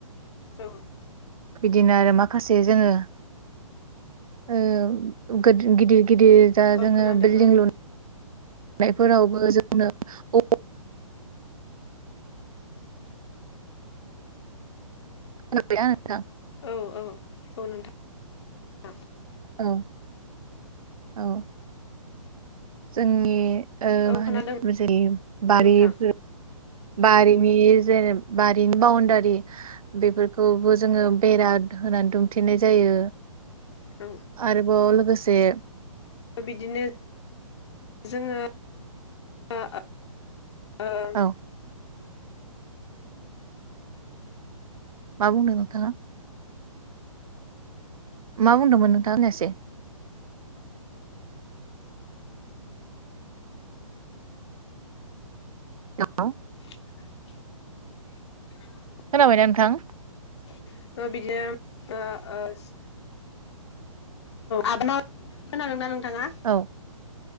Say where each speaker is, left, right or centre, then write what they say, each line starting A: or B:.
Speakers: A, on the left; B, on the right.
A: औ
B: बिदिनो आरो मा माखासे जोङो ओ गो गिदिर गिदिर जा
A: औ
B: जोङो
A: खोनादों
B: बिल्डिं
A: औ
B: लुनो नायफोरावबो जो न औ <unintelligible> नोथां
A: औ औ औ नोंथा <unintelligible>
B: औ औ जोंनि ओ
A: औ
B: मा होनो
A: खोनादों
B: जेर बारि
A: नोंथां
B: <unintelligible> बारिनि जेनेब बारिनि बाउनडारि बेफोरखौबो जोङो बेरा होनानै दुमथेनाय जायो
A: औ
B: आरोबाव लोगोसे
A: बिदिनो जोङो आ आ ओं
B: औ मा बुंनो नोंथाङा? मा बुंदोंमोन नोंथां खोनायासै औ
A: <unintelligible> <inaudible>
B: खोनाबायना नोंथां?
A: ओ बिदिनो ओ ओस आबा <inaudible> खोनादोंना नों थाङा <inaudible>
B: औ